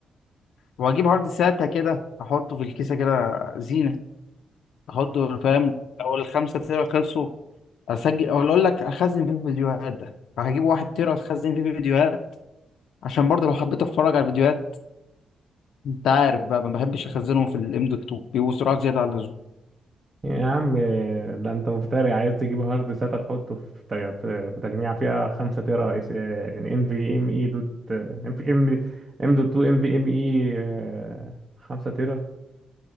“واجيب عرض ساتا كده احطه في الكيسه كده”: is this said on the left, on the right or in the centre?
Left